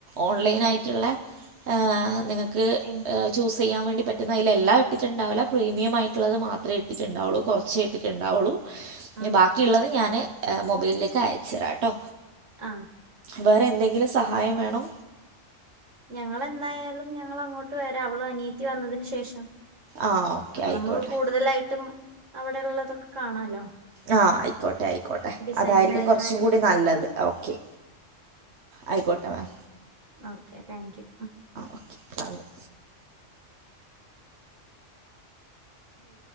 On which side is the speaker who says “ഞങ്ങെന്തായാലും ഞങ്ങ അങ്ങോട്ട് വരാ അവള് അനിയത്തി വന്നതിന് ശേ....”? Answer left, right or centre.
Right